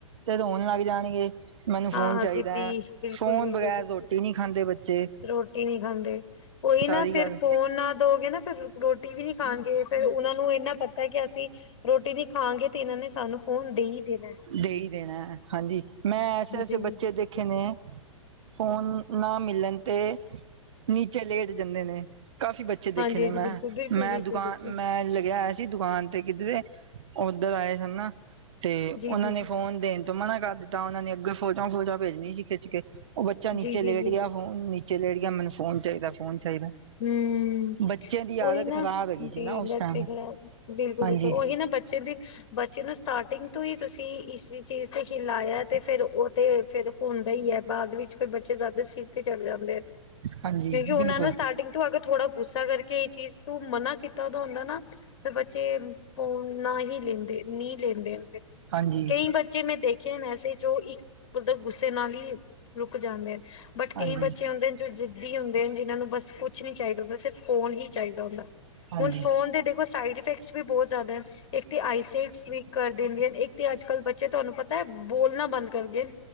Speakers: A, on the right; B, on the left.
A: ਤੇ ਹੋੋਣ ਲੱਗ ਜਾਣਗੇ। ਮੈਨੂੰ ਫੋਨ
B: ਹਾਂ
A: ਚਾਹੀਦਾ
B: ਜਿੱਦੀ
A: ਹੈ,
B: ਬਿਲਕੁਲ
A: ਫੋਨ
B: ਬਿਲਕੁਲ
A: ਬਗੈਰ
B: ਬਿਲਕੁਲ
A: ਰੋਟੀ ਨਹੀਂ ਖਾਂਦੇ ਬੱਚੇ।
B: ਰੋਟੀ ਨੀ ਖਾਂਦੇ, ਉਹੀ ਨਾ
A: ਸਾਰੀ
B: ਫਿਰ
A: ਗੱਲ
B: ਫੋਨ ਨਾ ਦੋਗੇ ਨਾ ਫਿਰ ਰੋਟੀ ਵੀ ਨਹੀਂ ਖਾਣਗੇ ਫੇਰ ਉਹਨਾ ਨੂੰ ਇੰਨਾ ਪਤਾ ਕਿ ਅਸੀਂ ਰੋਟੀ ਨੀ ਖਾਗੇ ਤੇ ਇਹਨਾਂ ਨੇ ਸਾਨੂੰ ਫੋਨ ਦੇ ਹੀ ਦੇਣਾ।
A: ਦੇ ਹੀ ਦੇਣਾ ਹਾਂਜੀ ਮੈਂ ਐਸੇ ਐਸੇ
B: ਜੀ
A: ਬੱਚੇ ਦੇਖੇ ਨੇ ਫੋਨ ਨਾ ਮਿਲਣ ਤੇ ਨੀਚੇ ਲੇਟ ਜਾਂਦੇ ਨੇ ਕਾਫ਼ੀ ਬੱਚੇ ਦੇਖੇ
B: ਹਾਂਜੀ
A: ਨੇ
B: ਹਾਂਜੀ
A: ਮੈਂ।
B: ਬਿਲਕੁਲ ਬਿਲਕੁਲ
A: ਮੈਂ
B: ਬਿਲਕੁਲ
A: ਦੁਕਾਨ
B: ਬਿਲਕੁਲ
A: ਮੈਂ ਲੱਗਿਆ ਹੋਇਆ ਸੀ ਦੁਕਾਨ ਤੇ ਕਿਧਰੇ ਉਧਰ ਆਏ ਸੀ ਹਨਾ ਤੇ
B: ਜੀ
A: ਉਹਨਾਂ
B: ਜੀ ਜੀ
A: ਨੇ ਫੋਨ ਦੇਣ ਤੇ ਮਨਾ ਕਰ ਦਿੱਤਾ ਉਹਨਾਂ ਨੇ ਅੱਗੇ ਫੋਟੋਆਂ ਫੋਟੋਆਂ ਭੇਜਣੀ ਸੀ, ਖਿੱਚ ਕੇ ਉਹ ਬੱਚਾ
B: ਜੀ
A: ਨੀਚੇ
B: ਜੀ
A: ਲੇਟ
B: ਜੀ
A: ਗਿਆ। ਹੂੰ ਨੀਚੇ ਲੈਟ ਗਿਆ, ਮੈਨੂੰ ਫੋਨ ਚਾਹੀਦਾ ਫੋਨ ਚਾਹੀਦਾ।
B: ਹੂੰ,
A: ਬੱਚੇ ਦੀ ਆਦਤ
B: ਉਹੀ ਨਾ
A: ਖ਼ਰਾਬ ਹੈਗੀ ਸੀ
B: ਜੀ
A: ਨਾ ਉਸ
B: ਬੱਚੇ
A: ਟਾਈਮ
B: ਖਰਾਬ ਬਿਲਕੁਲ
A: ਹਾਂਜੀ
B: ਬਿਲਕੁਲ ਉਹੀ ਨਾ ਬੱਚੇ ਦੀ ਬੱਚੇ ਨੂੰ ਸਟਾਰਟਿੰਗ ਤੋਂ ਹੀ ਤੁਸੀਂ ਇਸ ਚੀਜ਼ ਤੇ ਹੀ ਖਿਲਾਇਆ ਤੇਂ ਫੇਰ ਉਹ ਤੇ ਫਿਰ ਹੁੰਦਾ ਹੀ ਐ, ਬਾਅਦ ਵਿੱਚ ਫਿਰ ਬੱਚੇ ਜ਼ਿਆਦਾ ਸਿਰ ਤੇ ਚੜ੍ਹ ਜਾਂਦੇ ਆ,
A: ਹਾਂਜੀ
B: ਕਿਉਂਕਿ ਉਹਨਾਂ
A: ਬਿਲਕੁਲ
B: ਨੂੰ ਸਟਾਟਿੰਗ ਤੋਂ ਅਗਰ ਥੋੜਾ ਗੁੱਸਾ ਕਰਕੇ ਇਹ ਚੀਜ਼ ਤੂੰ ਮਨਾ ਕੀਤਾ ਉਹਦਾ ਹੁੰਦਾ ਨਾ ਫਿਰ ਬੱਚੇ ਫੋਨ ਨਾ ਹੀ ਲੈਂਦੇ ਨੀ ਲੈਂਦੇ ਫੇਰ,
A: ਹਾਂਜੀ
B: ਕਈ ਬੱਚੇ ਮੈਂ ਦੇਖਿਆ ਐਸੇ ਜੋ ਇੱਕ ਮਤਲਬ ਗੁੱਸੇ ਨਾਲ ਹੀ ਰੁਕ ਜਾਂਦੇ ਬਟ
A: ਹਾਂਜੀ
B: ਕਈ ਬੱਚੇ ਹੁੰਦੇ ਜੋ ਜਿੱਦੀ ਹੁੰਦੇ ਜਿਨਾਂ ਨੂੰ ਬਸ ਕੁਛ ਨੀ ਚਾਹੀਦਾ ਹੁੰਦਾ, ਸਿਰਫ ਫੋਨ ਹੀ ਚਾਹੀਦਾ ਹੁੰਦਾ।
A: ਹਾਂਜੀ
B: ਹੁਣ ਫੋਨ ਦੇ ਦੇਖੋ ਸਾਈਡ ਇਫੈਕਟਸ ਵੀ ਬਹੁਤ ਜ਼ਿਆਦਾ ਇੱਕ ਆਈਸਾਈਡਜ ਵੀ ਕਰ ਦਿੰਦੀ ਹਨ, ਇੱਕ ਤੇ ਅੱਜ ਕੱਲ੍ਹ ਬੱਚੇ ਤੁਹਾਨੂੰ ਪਤਾ ਐ ਬੋਲਣਾ ਬੰਦ ਕਰਦੇ ਹਨ।